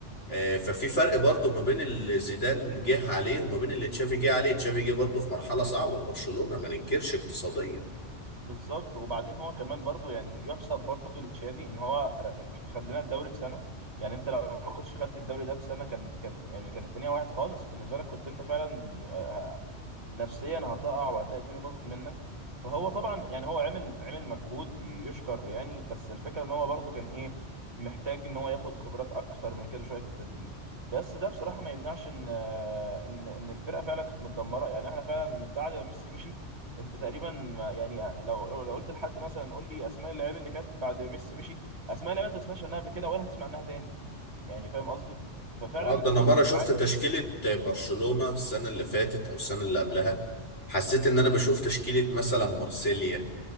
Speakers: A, on the left (about 80°); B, on the right (about 65°).
A: آه، ففي فرق برضو ما بين اللي زيدان جه عليه وما بين اللي تشافي جه عليه تشافي جه برضو في مرحلة صعبة في برشلونة ما ننكرش اقتصاديا
B: بالظبط وبعدين هو كمان برضو يعني يحسب برضو لتشافي ان هو ر- خد لنا الدوري في سنه يعني انت لو ما كنتش خدت الدوري ده في سنه كان كان يعني كانت الدنيا واحد خالص بالنسبه لك كنت انت فعلا آه، نفسيا هتقع وهتلاقي الدنيا باظت منك فهو طبعا يعني هو عمل عمل مجهود ي- يشكر يعني بس الفكره ان هو برضو كان ايه محتاج ان هو ياخد خبرات اكتر من كده شويه في التدريب بس ده بصراحه ما يمنعش ان آه، ان ان الفرقه فعلا كانت متدمره يعني احنا فعلا من بعد ما ميسي مشي انت تقريبا ما- يعني لو لو قلت لحد مثلا قول لي اسماء اللعيبه اللي كانت بعد ما ميسي مشي اسماء اللعيبه انت ما سمعتش عنها قبل كده ولا هتسمع عنها تاني يعني فاهم قصدي ففعلا
A: اه ده
B: انت
A: انا
B: كنت
A: مره
B: بتعاني
A: شفت تشكيله برشلونه السنه اللي فاتت او السنه اللي قبلها حسيت ان انا بشوف تشكيله مثلا مارسيليا